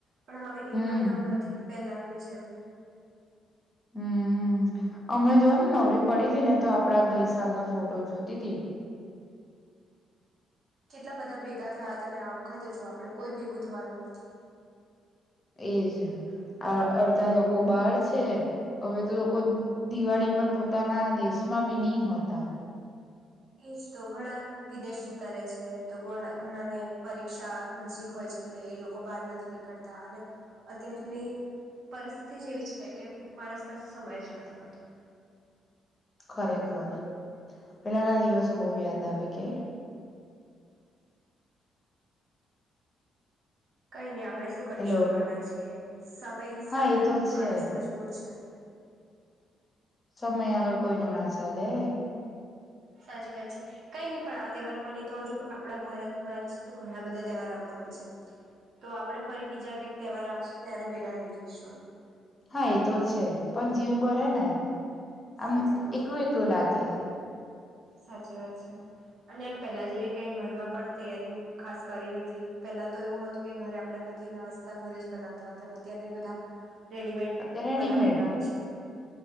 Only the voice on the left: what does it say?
હમ
હમ્મ હમણાં જોવા ને નવરી પડી હતી ને તો આપડા ગઈસલના ફોટો જોતી તી
એજ આ અડધા લોકો બહાર છે હવે તો લોકો દિવાળી પર પોતાના દેશમાં બી ની હોતા
ખરેખર પેલાના દિવસો બો યાદ આવે કે
હેલો
હા
એ તો
છે
સમય આગળ કોઈ નું ના ચાલે
હા એ તો છે પણ જીવ બરે ને આમ
એકલું
એકલું લાગે
અત્યારે રેડીમેડ